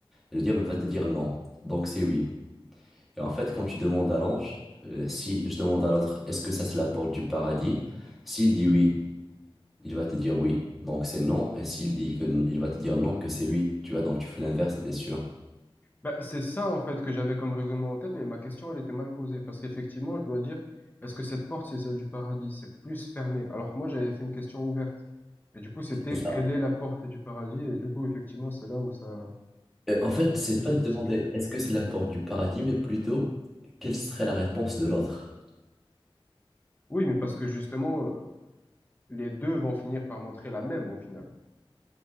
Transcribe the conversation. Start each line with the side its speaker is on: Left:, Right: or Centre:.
Centre: Et le diable va te dire non. Donc c'est oui. Et en fait, quand tu demandes à l'ange, euh, si je demande à l'autre, est-ce que ça c'est la porte du paradis? S'il dit oui, il va te dire oui. Donc c'est non. Et s'il dit que n- il va te dire non, que c'est oui. Tu vois, donc tu fais l'inverse et t'es sûr.
Left: Ben, c'est ça en fait que j'avais comme raisonnement en tête, mais ma question elle était mal posée parce qu'effectivement je dois dire est-ce que cette porte c'est celle du paradis? C'est plus fermé. Alors que moi j'avais fait une question ouverte. Et du coup c'était
Centre: C'est ça.
Left: quelle est la porte du paradis? Et du coup effectivement c'est là où ça
Centre: Et en fait,
Left: ça donne
Centre: c'est
Left: plus
Centre: pas
Left: de possibilités.
Centre: de demander est-ce que c'est la porte du paradis, mais plutôt quelle serait la réponse de l'autre.
Left: Oui, mais parce que justement euh, les deux vont finir par montrer la même au final.